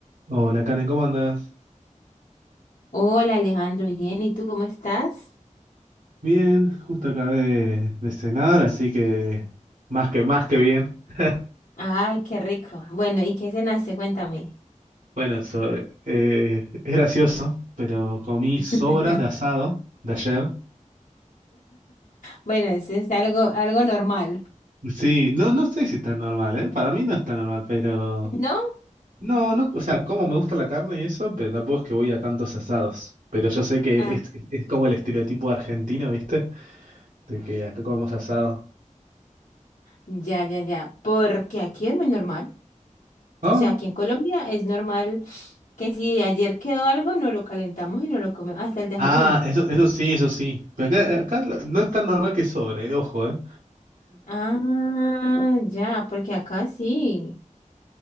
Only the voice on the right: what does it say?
Hola Karen, ¿cómo andas?
Bien, justo acabé de, de cenar, así que más que más que bien. <laughs>
Bueno, eso, eh, es gracioso, pero comí
sobras de asado de ayer.
Sí, no, no sé si es tan normal, ¿eh? Para mí no es tan normal, pero
no, no, o sea, como me gusta la carne y eso, pero tampoco es que voy a tantos asados. Pero yo sé que
es, es como el estereotipo argentino, ¿viste? De que acá comemos asado.
Ah,
Ah, eso, eso sí, eso sí. Pero acá, acá lo- no es tan normal que sobre, eh, ojo, ¿eh?